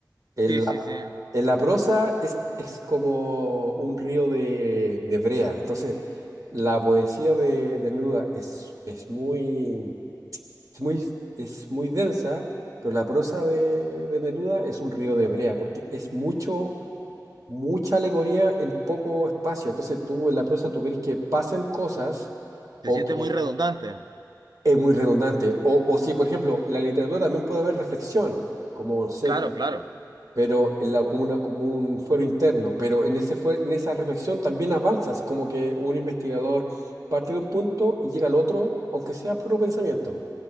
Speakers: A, on the right (about 55°); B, on the right (about 75°).
A: en
B: Sí, sí,
A: la,
B: sí.
A: en la prosa es, es como un río de, de brea. Entonces, la poesía de, de Neruda es, es muy, es muy, es muy densa, pero la prosa de, de Neruda es un río de brea, porque es mucho, mucha alegoría en poco espacio. Entonces, tú en la prosa tú querés que pasen cosas
B: Se
A: o
B: siente
A: que
B: muy redundante.
A: es muy redundante. O, o si, por ejemplo, la literatura también puede haber reflexión, como, no sé,
B: Claro,
A: como-
B: claro.
A: pero en la, como, una- como un fuero interno, pero en ese fue- en esa reflexión también avanzas, como que un investigador parte de un punto y llega al otro, aunque sea puro pensamiento.